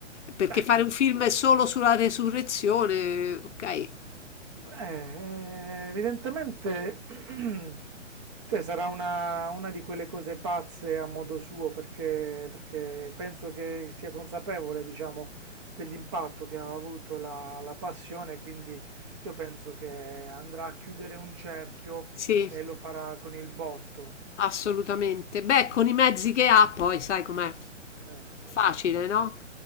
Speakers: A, on the left (about 65°); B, on the right (about 25°).
A: perché
B: Beh,
A: fare un film
B: co- co-
A: solo sulla resurrezione, ok,
B: beh, evidentemente, <clears throat> cioè sarà una, una di quelle cose pazze a modo suo, perché, perché penso che sia consapevole, diciamo, dell'impatto che ha avuto la, la passione, quindi io penso che andrà a chiudere un cerchio
A: sì,
B: e lo farà con il botto.
A: assolutamente. Beh, con i mezzi che ha poi, sai com'è,
B: Eh, in effetti,
A: facile,
B: in effetti.
A: no?